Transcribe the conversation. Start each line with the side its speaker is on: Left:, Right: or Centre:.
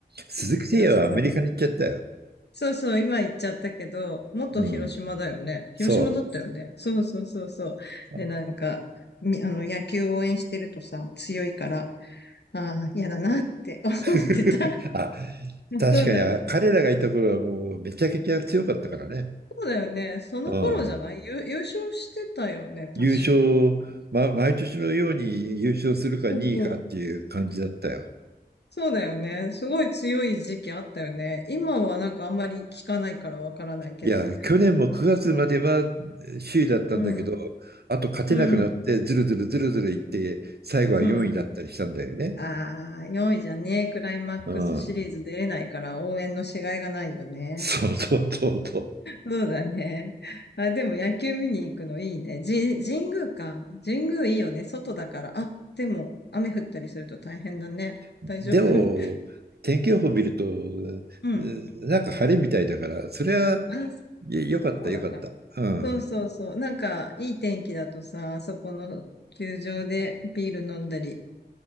Right: 鈴木誠也はアメリカに行っちゃったよ。
Left: 広島だ。そうそう、今言っちゃったけど、元広島だよね。
Right: うん。
Left: 広島だったよね。
Right: そ
Left: そうそうそうそう。
Right: う。
Left: で、なんか、み、あの、野球応援してるとさ、強いから、ああ、嫌だなって思ってた。
Right: <laughs> あ、
Left: <laughs>
Right: 確かにあ彼らがいた頃はもうめちゃくちゃ強かったからね。
Left: そうなんだ。そうだよね。その頃じゃない優、
Right: うん。
Left: 優勝してたよね、確か。
Right: 優勝、ま、毎年のように優勝するか2位かっていう感じだったよ。
Left: そうそう。そうだよね。すごい強い時期あったよね。今はなんかあんまり聞かないからわからないけど。
Right: いや、去年も9月まではえー首位だったんだけど、
Left: うん、
Right: あと勝てなくなって、
Left: うん、
Right: ずるずるずるずるいって、最後は4位だったりしたんだよね。
Left: うん。ああ、4位じゃねクライマックスシリーズ出れないから応援のしがいがないよね。
Right: うん。そうそうそうそう。
Left: そうだね。あ、でも野球見に行くのいいね。じ、神宮か。神宮いいよね。外だから。あ、でも雨降ったりすると大変だね。
Right: でも、
Left: 大丈夫 <laughs>
Right: 天気予報見ると、うーなんか晴れみたいだから、
Left: うん。
Right: それは
Left: あ、そ
Right: よよかったよかった。
Left: うなんだ。
Right: うん。
Left: そうそうそう。なんか、いい天気だとさ、あそこの球場でビール飲んだり、